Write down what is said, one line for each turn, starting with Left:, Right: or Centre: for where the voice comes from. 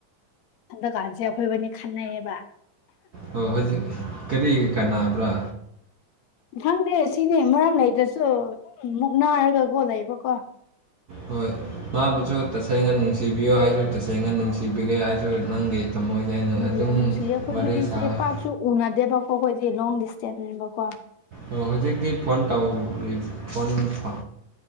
Left: ꯑꯗꯨꯀꯥꯟꯁꯦ ꯑꯩꯈꯣꯏꯕꯨꯅꯤ ꯈꯟꯅꯩꯌꯦꯕ
Right: ꯑꯣ ꯍꯧꯖꯤꯛ ꯀꯔꯤ ꯀꯥꯟꯅꯥꯅꯕ꯭ꯔꯥ
Left: ꯈꯪꯗꯦ ꯁꯤꯅꯤ ꯃꯔꯝ ꯂꯩꯗ꯭ꯔꯁꯨ ꯃꯨꯛ ꯅꯥꯔꯒ ꯀꯣ ꯂꯩꯕꯀꯣ
Right: ꯍꯣꯏ ꯃꯥꯕꯨꯁꯨ ꯇꯁꯦꯡꯅ ꯅꯨꯡꯁꯤꯕꯤꯌꯨ ꯑꯩꯁꯨ ꯇꯁꯦꯡꯅ ꯅꯨꯡꯁꯤꯕꯤꯒꯦ ꯑꯩꯁꯨ ꯅꯪꯒꯤ ꯊꯃꯣꯏꯁꯦ
Left: ꯑꯣ
Right: ꯑꯗꯨꯝ
Left: ꯌꯥꯝ ꯅꯨꯡꯁꯤꯌꯦ ꯑꯩꯈꯣꯏ
Right: ꯋꯥꯔꯤ
Left: ꯃꯅꯤꯁꯦ
Right: ꯁꯥ
Left: ꯄꯥꯛꯁꯨ ꯎꯅꯗꯦꯕꯀꯣ ꯑꯩꯈꯣꯏꯗꯤ ꯂꯣꯡ ꯗꯤꯁꯇꯦꯟꯁꯅꯦꯕꯀꯣ
Right: ꯑꯣ ꯍꯧꯖꯤꯛꯇꯤ ꯐꯣꯟ ꯇꯥꯎꯔꯤ ꯐꯣꯟ ꯐ